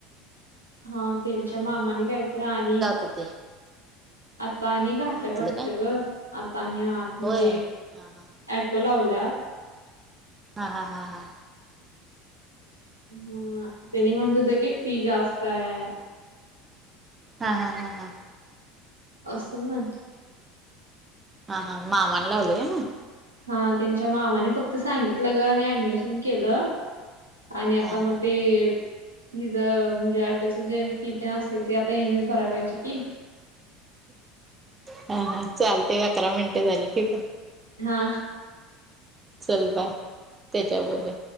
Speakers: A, on the right; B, on the right.
A: हा त्यांच्या मामानी कायतर आणि
B: का ते
A: आता आणि घाटल्यात वाटतं
B: काय
A: ग आता आणि आ म्हणजे
B: होय हा हा
A: ॲटो लावलात
B: हा हा हा हा
A: ह त्यांनी म्हणत होत्या की फी जास्त आहे.
B: हा हा हा हा
A: असे मानतो
B: हा हा मामाला लावलंय काय मग
A: हा त्यांच्या मामाने फक्त सांगितलं ग आणि ऍडमिशन केलं. आणि आता
B: हा
A: मग
B: हा
A: ते हिजं म्हणजे ऑटो जे किती असेल ते आता ह्यांनीच भरायला पाहिजे की.
B: हा हा चालते अकरा मिनटे झाली ठीक आहे.
A: हा
B: चल बाय त्याच्यावर बोलूया